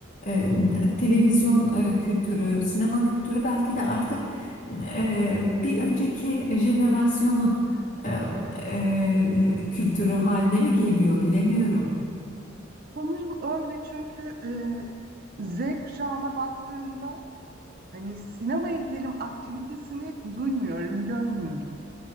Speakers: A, on the left (about 45°); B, on the right (about 45°).
A: E, televizyon e, kültürü, sinema kültürü belki de artık e, bir önceki jenerasyonun e, e, kültürü haline mi geliyor bilemiyorum.
B: Sanırım öyle çünkü e, Z kuşağına baktığımda hani sinemaya gidelim aktivitesini duymuyorum, görmüyorum.